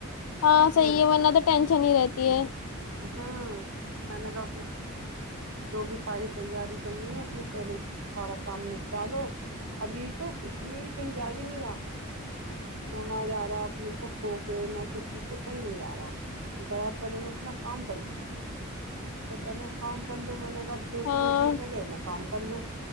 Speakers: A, on the left; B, on the right.
A: ہاں صحیح
B: پھر
A: ہے ورنہ تو ٹینشن ہی رہتی ہے
B: ہوں میں نے کہ اپ نے جو بھی ساری تیاری کرنی ہے اپنے پہلے سارا کام نپٹا لو اب یہی تو اس لیے یہ کہیں جا بھی نہیں رہا نہ ماز آ رہا اپنی پھکو کے نہ کسی کے کہیں نہیں جا رہا کرا پہلے میں اپنا کام کر لوں چلو کام کر لو میں نے کب جو
A: ہاں
B: تمہیں صحگے وہ کام پ لو